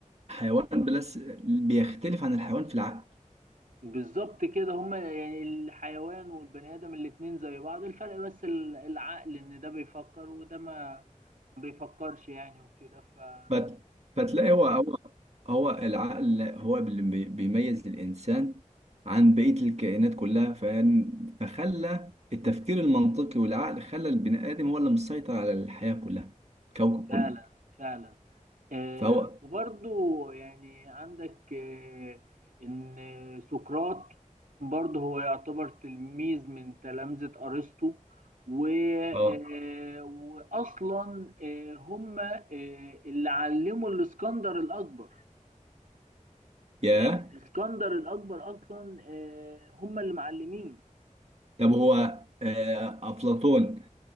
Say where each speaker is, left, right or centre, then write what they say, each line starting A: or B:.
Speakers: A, on the right; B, on the right.
A: حيوان بس بيختلف عن الحيوان في العقل
B: بالظبط كده هما يعني الحيوان والبني آدم الاتنين زي بعض الفرق بس ال- العقل إن ده بيفكر وده ما ما بيفكرش يعني وكده ففعلا
A: فت... فتلاقي هو هو هو العقل هو اللي بي- بيميز الإنسان عن بقية الكائنات كلها فن- فخلى التفكير المنطقي والعقل خلى البني آدم هو اللي مسيطر على الحياة كلها الكوكب
B: فعلا
A: كله
B: فعلا آه
A: فهو
B: وبرضو يعني عندك آه إن سقراط برضه هو يعتبر تلميذ من تلامذة أرسطو و آه
A: اه
B: وأصلا آه هما آه اللي علموا الإسكندر الأكبر
A: يا
B: يعني اسكندر الاكبر اصلا آه، هم اللي معلمين
A: طب هو آه، أفلاطون